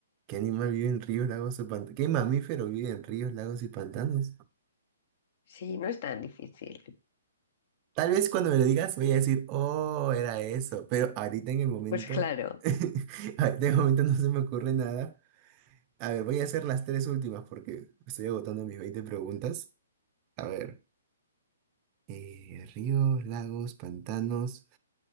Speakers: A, on the right (about 30°); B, on the left (about 55°).
A: ¿Qué animal vive en ríos, lagos o pantanos? ¿Qué mamífero vive en ríos, lagos y pantanos?
B: Sí, no es tan difícil. <laughs>
A: Tal vez cuando me lo digas voy a decir, oh, era eso, pero ahorita en el momento,
B: Pues claro.
A: <laughs> ahorita en el momento no se me ocurre nada. A ver, voy a hacer las tres últimas porque estoy agotando mis 20 preguntas. A ver, eh, ríos, lagos, pantanos,